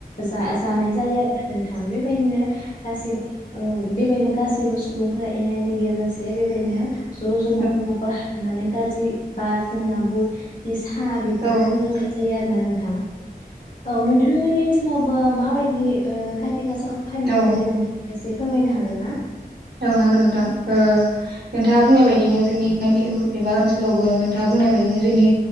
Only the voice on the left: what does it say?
जा-जानाय जायो आरोना नों थां। बेबायदिनो गासैबो उम बेबायदनो गासैबो सुबुंफोरा एना एनि गैयाजासे बेबायदिनो ज' ज'
न'खर न'खर हाबनानै गाजि बा जोंना बुत <unintelligible> था बेफोरखौ
लोंनाय जायो आरो ना नोंथां। औ नोंथां मोनि ओनसोलाव बो माबायदि ओ काटि गासाखौ फाननाय
जायो नोंथाङा एसे फोरमायनो हागोन ना?